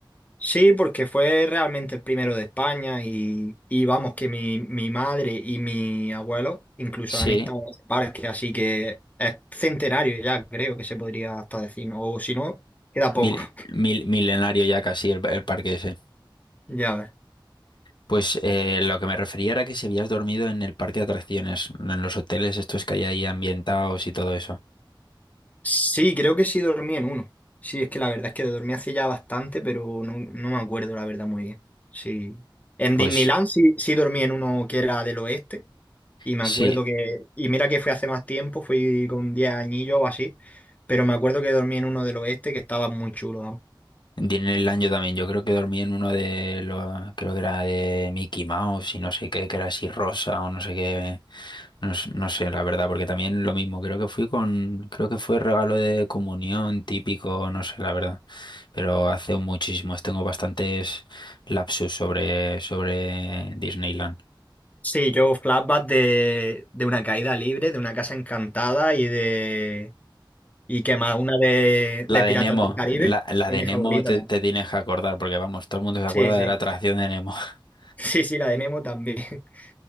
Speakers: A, on the left; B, on the left.
A: Sí, porque fue realmente el primero de España y, y vamos, que mi, mi madre y mi abuelo incluso
B: Sí,
A: han estado en ese parque, así que es centenario ya, creo que se podría hasta decir, ¿no? o si no, queda poco,
B: mil-
A: <laughs>
B: mil- milenario ya casi el, el parque ese.
A: ya ves.
B: Pues eh, lo que me refería era que si habías dormido en el parque de atracciones, en los hoteles estos que hay ahí ambientados y todo eso.
A: Sí, creo que sí dormí en uno. Sí, es que la verdad es que dormí hace ya bastante, pero no, no me acuerdo la verdad muy bien. Sí. En
B: Pues
A: Disneyland sí, sí dormí en uno que era del oeste. Y me
B: sí,
A: acuerdo que, y mira que fue hace más tiempo, fui con 10 añillos o así, pero me acuerdo que dormí en uno del oeste que estaba muy chulo, vamos.
B: En el año también, yo creo que dormí en uno de los, creo que era de Mickey Mouse y no sé qué, que era así rosa o no sé qué, no, s- no sé, la verdad, porque también lo mismo, creo que fui con, creo que fue regalo de comunión típico, no sé, la verdad, pero hace muchísimos, tengo bastantes lapsus sobre, sobre Disneyland.
A: Sí, yo flashback de, de una caída libre, de una casa encantada y de... ¿Y que más? Una de,
B: La
A: de
B: de
A: Piratas
B: Nemo,
A: del Caribe.
B: la, la
A: Fue
B: de
A: mi
B: Nemo
A: favorita
B: te,
A: también.
B: te tienes que acordar, porque vamos, todo el mundo se acuerda
A: Sí, sí.
B: de la atracción de Nemo. <laughs>
A: <laughs> Sí, sí, la de Nemo también. <laughs>